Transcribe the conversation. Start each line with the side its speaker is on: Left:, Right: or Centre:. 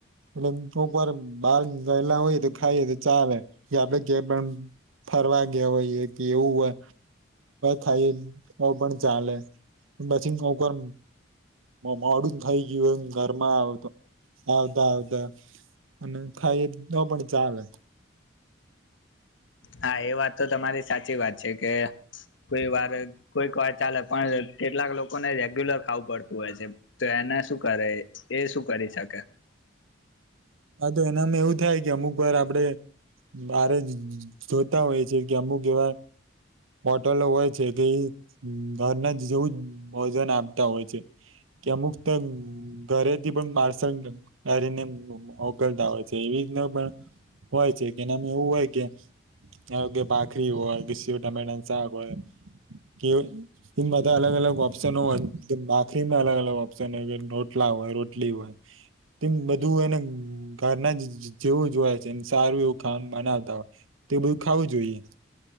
Right: એટલે કોક વાર બહાર રહેલા હોઈએ તો ખાઈએ તો ચાલે કે આપડે કે પણ ફરવા ગયા હોય એ કે એવું થાય. ઓ પણ ચાલે પછી કોર મોડું થઇ ગયું એમ ઘરમાં આવતો આવતા આવતા અને થાય એ ન પણ ચાલે
Left: હા એ વાત તો તમારી સાચી વાત છે કે કોઈ વાર કોઈક વાર ચાલે પણ કેટલાક લોકોને રેગ્યુલર ખાવું પડતું હોય છે. તો એના શું કરે એ શું કરી શકે
Right: હા તો એનામાં એવું થાય કે અમુક વાર આપડે મારે જોતા હોય છે કે અમુક એવા હોટલો હોય છે કે ઘરના જ જેવું જ ભજન આપતા હોય છે. કે અમુક તો. ઘરેથી પણ પાર્સલ કરીને મોકલતા હોય છે એવી રીતના પણ હોય છે કેનામે એવું હોય કે આ કે ભખરી હોય. મેડ આગ કે એમ બધા અલગ અલગ ઓપ્શનો હોય બાખરીમાં અલગ અલગ ઓપ્શન હોય કે રોટલા હોય રોટલી હોય. તેમ બધું એને ઘના જ જેવું જોય છેને સારું એવું ખામ બનાવતા હોય તો એ બધું ખાવું જોઈએ